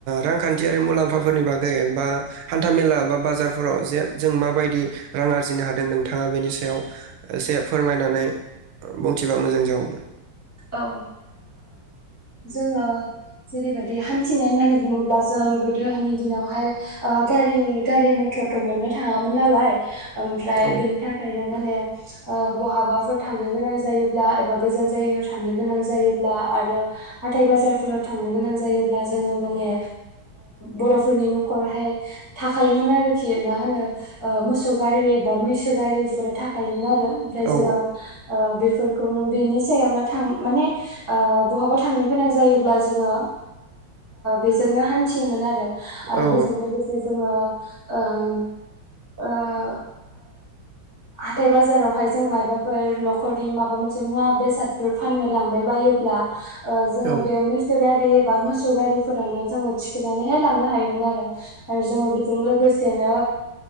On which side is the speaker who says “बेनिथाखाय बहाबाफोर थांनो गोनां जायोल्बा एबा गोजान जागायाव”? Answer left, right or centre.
Left